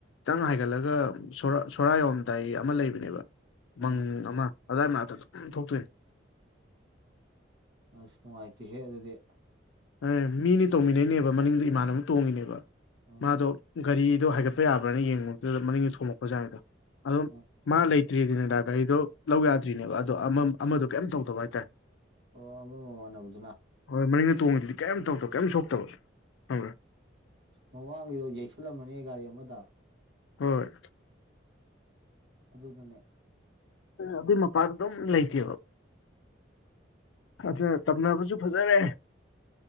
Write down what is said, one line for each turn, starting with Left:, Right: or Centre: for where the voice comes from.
Left: ꯇꯪ ꯍꯥꯏꯒꯠꯂꯒ ꯁꯣꯔ ꯁꯣꯔꯥ ꯌꯧꯔꯝꯗꯥꯏ ꯑꯃ ꯂꯩꯕꯅꯦꯕ
Right: ꯎꯝ
Left: ꯃꯪ ꯑꯃ ꯑꯗ꯭ꯋꯥꯏ ꯃꯅꯥꯛꯇ ꯑꯗꯨꯝ ꯊꯣꯛꯇꯣꯏꯅꯤ
Right: ꯑꯁ ꯅꯨꯉꯥꯏꯇꯦꯍꯦ ꯑꯗꯨꯗꯤ
Left: ꯑꯦ ꯃꯤꯅꯤ ꯇꯣꯡꯃꯤꯟꯅꯩꯅꯦꯕ ꯃꯅꯤꯡꯗꯣ ꯏꯃꯥꯟꯅꯕ ꯑꯝ ꯇꯣꯡꯉꯤꯅꯦꯕ
Right: ꯎꯝ
Left: ꯃꯥꯗꯣ ꯒꯥꯔꯤꯗꯣ ꯍꯥꯏꯒꯠꯄ ꯌꯥꯕ꯭ꯔꯥꯅ ꯌꯦꯡꯉꯨꯕꯗꯨꯗ ꯃꯅꯤꯡꯗ ꯊꯣꯝꯃꯛꯄ ꯖꯥꯅꯤꯗ ꯑꯗꯨꯝ
Right: ꯎꯝ
Left: ꯃꯥ ꯂꯩ ꯇ꯭ꯔꯤꯅꯤꯗꯥ ꯒꯥꯔꯤꯗꯣ ꯂꯧ ꯌꯥꯗ꯭ꯔꯤꯅꯦꯕ ꯑꯗꯣ ꯑꯃꯝ ꯑꯃꯗꯣ ꯀꯩꯝ ꯇꯧꯗꯕ ꯍꯥꯏꯇꯥꯔꯦ
Right: ꯑꯣ ꯑꯃꯥ ꯃꯃꯥꯟꯅꯕꯗꯨꯅ
Left: ꯍꯣꯏ ꯃꯅꯤꯡꯗ ꯇꯣꯡꯉꯤꯗꯨꯗꯤ ꯀꯩꯝ ꯇꯧꯗꯕ ꯀꯩꯝ ꯁꯣꯛꯇꯕ ꯈꯪꯕ꯭ꯔ
Right: ꯃꯃꯥꯡꯒꯤꯗꯣ ꯌꯩꯁꯜꯂꯝꯃꯅꯤ ꯒꯥꯔꯤ ꯑꯃꯥꯗꯣ
Left: ꯍꯣꯏ
Right: ꯑꯗꯨꯗꯨꯅꯦ
Left: ꯑꯗꯨꯏ ꯃꯄꯥꯗꯨ ꯑꯗꯨꯝ ꯂꯩꯇꯦꯕ ꯑꯗꯨ ꯇꯝꯅꯕꯖꯨ ꯐꯖꯔꯦ